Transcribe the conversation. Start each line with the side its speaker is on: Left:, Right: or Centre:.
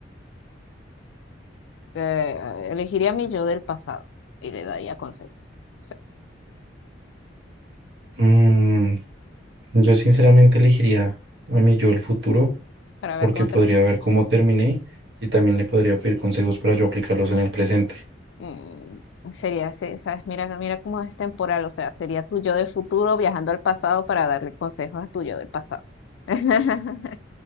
Left: Eh, elegiría a mi yo del pasado y le daría consejos. Sí,
Right: Mm, yo sinceramente elegiría a mi yo del futuro
Left: para
Right: porque
Left: ver cómo
Right: podría
Left: termina.
Right: ver cómo terminé y también le podría pedir consejos para yo aplicarlos en el presente.
Left: Mm, sería, ese, ¿sabes? Mira, mira cómo es temporal, o sea, sería tu yo del futuro viajando al pasado para darle consejos a tu yo del pasado. <laughs>